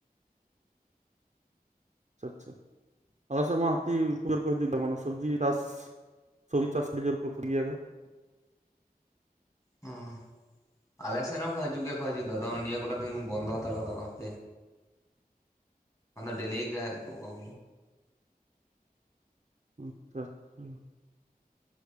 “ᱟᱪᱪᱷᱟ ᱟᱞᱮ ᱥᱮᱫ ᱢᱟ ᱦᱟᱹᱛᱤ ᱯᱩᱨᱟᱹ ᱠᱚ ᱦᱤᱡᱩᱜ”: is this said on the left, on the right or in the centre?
Right